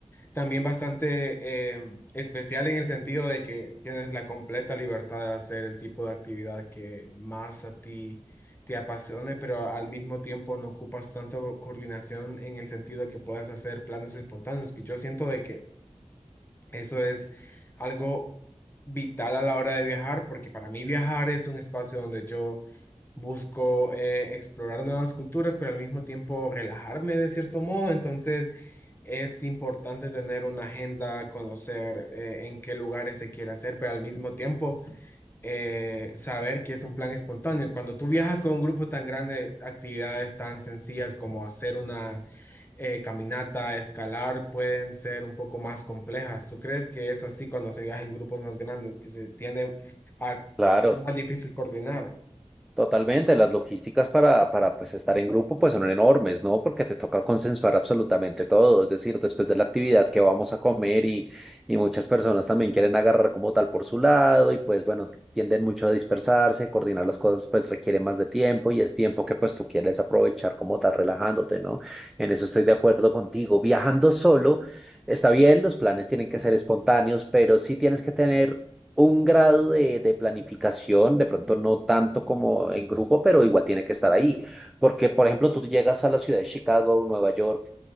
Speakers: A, on the left; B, in the centre.
A: también bastante eh, especial en el sentido de que tienes la completa libertad de hacer el tipo de actividad que más a ti te apasione, pero al mismo tiempo no ocupas tanta coordinación en el sentido que puedas hacer planes espontáneos, que yo siento de que eso es algo vital a la hora de viajar, porque para mí viajar es un espacio donde yo busco eh, explorar nuevas culturas, pero al mismo tiempo relajarme de cierto modo. Entonces es importante tener una agenda, conocer eh, en qué lugares se quiere hacer, pero al mismo tiempo eh, saber que es un plan espontáneo. Cuando tú viajas con un grupo tan grande, actividades tan sencillas como hacer una eh, caminata, escalar, pueden ser un poco más complejas. ¿Tú crees que es así cuando se viaja en grupos más grandes, que se tiende a
B: Claro,
A: ser más difícil coordinar?
B: totalmente. Las logísticas para, para pues, estar en grupo pues son enormes, ¿no? Porque te toca consensuar absolutamente todo. Es decir, después de la actividad que vamos a comer y, y muchas personas también quieren agarrar como tal por su lado y pues bueno, tienden mucho a dispersarse, coordinar las cosas pues requiere más de tiempo y es tiempo que pues tú quieres aprovechar como tal relajándote, ¿no? En eso estoy de acuerdo contigo. Viajando solo, está bien, los planes tienen que ser espontáneos, pero sí tienes que tener un grado de, de planificación, de pronto no tanto como en grupo, pero igual tiene que estar ahí. Porque, por ejemplo, tú llegas a la ciudad de Chicago, o Nueva York,